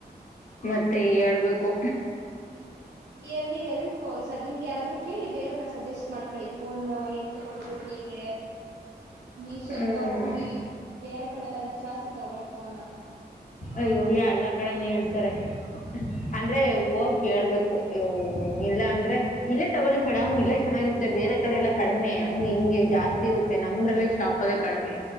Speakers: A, on the left; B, on the right.
A: ಮತ್ತೆ ಹೇಳ್ಬೇಕು.
B: ಎಲ್ ನೀವ್ ಎಲ್ ಫೋ ಸ ನಿಮ್ಗ್ ಯಾರಾದ್ರು ಕೇಳಿ ಬೇರೆಯವ್ರ್ ನ ಸಜೆಸ್ಟ್ ಮಾಡ್ಕಳ್ಳಿ ಫೋನ್ ಎಲ್ ತಗೊಳ್ಳೋದು ಹೇಗ್ ಗೆ ನೀವ್ ಸ್ವಲ್ಪ
A: ಹ್ಮ್
B: ಹೋಗಿ ಬೇರೆ ಕಡೆಲ್ಲಾ ವಿಚಾರ್ಸಿ ತಗೊಳ್ಳಿ ಫೋನ
A: ಅಯ್ಯೋ ಎಲ್ಲ ಕಡೆನೂ <inaudible> ಅಂದ್ರೆ ಹೋಗ್ ಕೇಳ್ಬೇಕು ಯೌ ಇಲ್ಲ ಅಂದ್ರೆ ಇಲ್ಲೇ ತಗೊಳ್ಳಿ ಮೇಡಮ್ ಇಲ್ಲೇ ಚೆನ್ನಾಗಿರುತ್ತೆ ಬೇರೆ ಕಡೆ ಎಲ್ಲಾ ಕಡಿಮೆ ಹಂಗೆ ಹಿಂಗೆ ಜಾಸ್ತಿ ಇರುತ್ತೆ ನಮ್ದ್ರಲ್ಲೇ ಶಾಪ್ ಅಲ್ಲೇ ಕಡಿಮೆ.